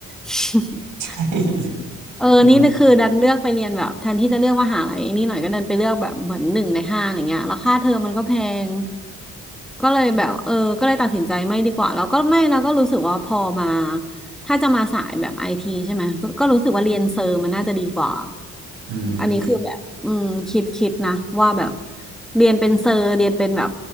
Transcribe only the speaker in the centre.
<laughs>
เออนี่นะคือดันเลือกไปเรียนแบบแทนที่จะเลือกมหาลัยไนี่หน่อยก็ดันไปเลือกแบบเหมือนหนึ่งในห้าอะไรเงี้ยแล้วค่าเทอมมันก็แพง
ก็เลยแบบเออก็เลยตัดสินใจไม่ดีกว่าแล้วก็ไม่แล้วก็รู้สึกว่าพอมาถ้าจะมาสายแบบไอทีใช่ไหมก็ก็รู้สึกว่าเรียนเซอร์มันน่าจะดีกว่า
อันนี้คือแบบอืมคิดคิดนะว่าแบบเรียนเป็นเซอร์เรียนเป็นแบบ